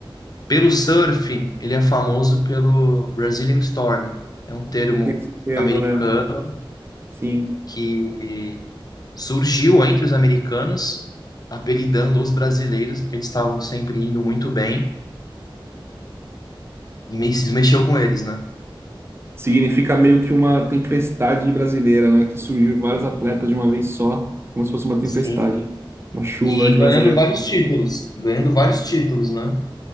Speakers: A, on the left; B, on the right.
A: Pelo surf, ele é famoso pelo Brazilian Storm. É um termo
B: É, Tem esse termo,
A: americano
B: né? Sim.
A: que surgiu entre os americanos, apelidando os brasileiros, porque eles estavam sempre indo muito bem e me- se mexeu com eles, né?
B: Significa meio que uma tempestade brasileira, né? Que surgiu vários atletas de uma vez só, como se fosse uma tempestade.
A: Sim.
B: Uma chuva
A: E
B: de
A: ganhando
B: brasileiro.
A: vários títulos. Ganhando vários títulos, né?